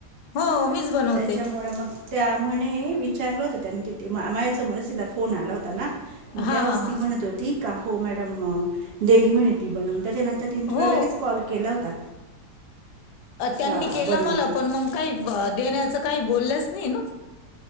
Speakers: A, on the left; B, on the right.
A: हो मीच बनवते.
B: त्याच्यामुळं मग त्या म्हणे विचारलं होत त्यानी तिथे मा माझ्यासमोरच तिला फोन आला होता ना? मग
A: हा
B: तेंव्हाच
A: हा हा
B: ती म्हणत होती का हो मॅडम देईल म्हणे. ती बनवून त्याच्यानंतर तिनं तुला
A: हो
B: लगेच कॉल केला होता.
A: अ त्यांनी
B: का
A: केलं
B: बनव
A: मला पण मग काही ब देण्याचं काही बोललंच नाही ना.